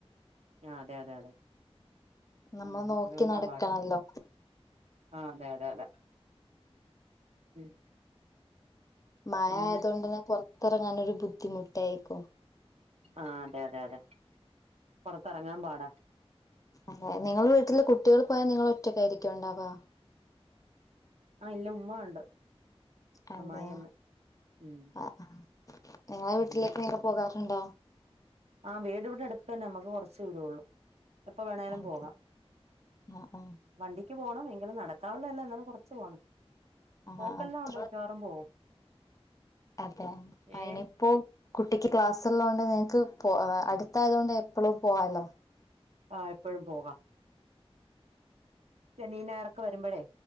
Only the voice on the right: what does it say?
ആഹ് അതെ അതെ അതെ
ഉം
അതുകൊണ്ടാ
പാട് ആഹ് അതെ അതെ അതെ ഉം
പിന്നെ
ആഹ് അതെ അതെ അതെ പൊറത്തെറങ്ങാൻ പാടാ
ആഹ് ഇല്ല ഉമ്മ ഉണ്ട്
അമ്മായിഅമ്മ ഉം
ഉം
ആഹ് വീട് ഇവിടെ അടുത്ത് തന്നെ അമ്മക്ക് കൊറച്ച് ദൂരേള്ളൂ എപ്പൊ വേണേലും
പോകാം
വണ്ടിക്ക് പോണം എങ്കിലും നടക്കാവുള്ള അല്ല. എന്നാലും കുറച്ച് പോണം പോക്കെല്ലാ
ഉണ്ട് മിക്കവാറും പോകും
ഏ
ആഹ് എപ്പഴും പോകാം സെമിനാർക്കെ വരുമ്പോഴേ